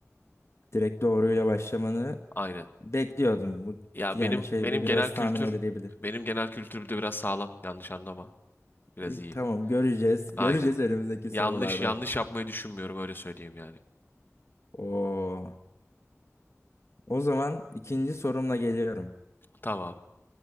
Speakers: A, on the left; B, on the left.
A: Direkt doğruyla başlamanı
B: Aynen.
A: bekliyordum. Bu
B: Ya
A: yani
B: benim
A: şey
B: benim
A: bir- biraz
B: genel
A: tahmin
B: kültür
A: edilebilir.
B: benim genel kültür bir de biraz sağlam. Yanlış anlama. Biraz
A: İyi,
B: iyi.
A: tamam göreceğiz.
B: Aynen.
A: Göreceğiz önümüzdeki
B: Yanlış
A: sorularda.
B: yanlış yapmayı düşünmüyorum öyle söyleyeyim yani.
A: Oo. O zaman ikinci sorumla geliyorum.
B: Tamam.